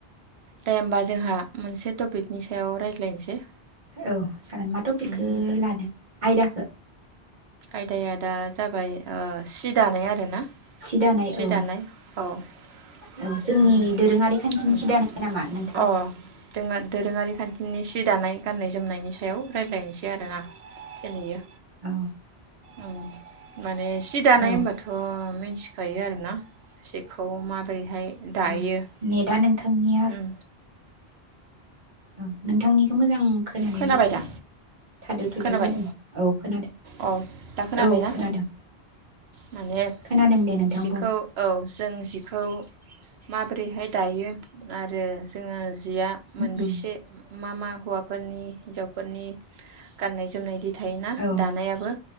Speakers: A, on the right; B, on the right.
A: दे होमबा जोंहा मोनसे टपिकनि सायाव रायज्लायनोसै
B: औ जागोन मा थपिकखो
A: उम
B: लानो? आयदाखो
A: आयदाया दा जाबाय ओ सि दानाय आरोना
B: सि दानाय
A: सि
B: औ
A: दानाय अ उम
B: औ जोंनि दोरोङारि खान्थिनि
A: उम
B: सि दानाय नामा नोंथां
A: अ दोङो दोरोङारि खान्थिनि सि दानाय गान्नाय जोमनायनि सायाव रायज्लायनोसै आरोना दिनैयो
B: औ
A: औ माने सि दानाय
B: औ
A: होनबाथ' मि थिखायो आरोना सिखौ मा बोरैहाय दायो
B: औ नेटआ नोंथांनिया
A: उम
B: औ नोंथांनिखौ मोजां खोनानायाव
A: खोनाबाय
B: एसे
A: दा
B: थादु थुदु
A: खोनाबाय
B: जादों औ खोनादों
A: औ दा खोनाबायना
B: औ खोनादों।
A: माने
B: खोनादों दे नोंथां
A: सिखौ औ जों जि खौ माबोरैहाय दायो आरो जोङो जिया मोनबैसे
B: बुं
A: मा मा हौवाफोरनि हिन्जावफोरनि गाननाय जोमनायनि थायोना
B: औ
A: दानायाबो